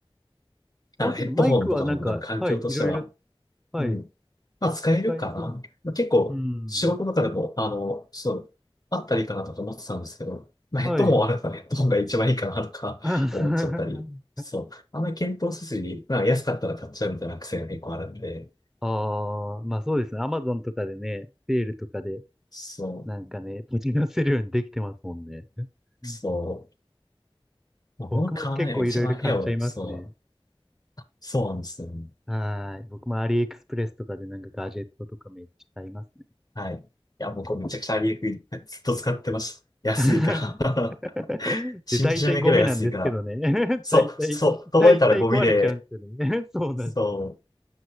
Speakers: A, in the centre; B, on the left (about 40°).
A: あ、
B: あの、
A: けどマイクはなんか、
B: ヘッドホンとかも多分環境としては、
A: はい。いろいろ、はい。
B: うん、まあ使えるかな。
A: 使えそう。
B: まあ結構、
A: うん。
B: 仕事とかでも、あの、そう、あったらいいかなとか思ってたんですけど、まあヘッドホンあるからヘッドホンが一番いいかなとか
A: はい。<laughs>
B: <laughs> 思っちゃったり、そう、あんまり検討せずに、まあ安かったら買っちゃうみたいな癖が結構あるんで、
A: ああ、まあそうですね。アマゾンとかでね、セールとかで、
B: そ
A: なんかね、持ち出せるようにできてますもんね。うん
B: う。そうまあ物買わないのが一番部屋を、
A: 僕も結構いろいろ買っちゃいますね。
B: そう、そうなんですよね。
A: はーい。僕もアリエクスプレスとかでなんかガジェットとかめっちゃ買いますね。
B: はい。いや、僕めちゃくちゃアリエクイずっと使ってました。安いから。
A: <laughs>
B: <laughs> 信じられないくらい安いから。
A: で、大体ゴミなんですけどね。<laughs>
B: そう、
A: 大体、
B: そう、届いたらゴミで、
A: 大体壊れちゃうんですよね。<laughs> そうなんですよ。
B: そう、